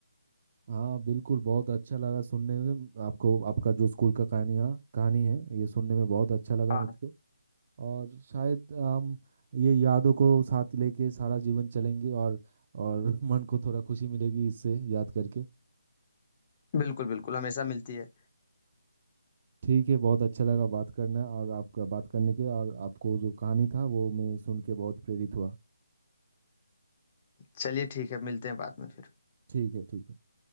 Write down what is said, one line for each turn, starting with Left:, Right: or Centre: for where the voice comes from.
Right: हाँ बिल्कुल बहुत अच्छा लगा सुनने में आपको आपका जो स्कूल का कहानियाँ कहानी है ये सुनने में बहुत अच्छा लगा
Left: हाँ
Right: मुझको
Left: हाँ
Right: और शायद हम ये यादों को साथ लेके सारा जीवन चलेंगे और और <laughs> मन को थोड़ा खुशी मिलेगी इससे याद करके
Left: बिल्कुल बिल्कुल हमेशा मिलती है
Right: ठीक है बहुत अच्छा लगा बात करना और आपका बात करने के और आपको जो कहानी था वो मैं सुन के बहुत प्रेरित हुआ
Left: चलिए ठीक है मिलते हैं बाद में फिर
Right: ठीक है ठीक है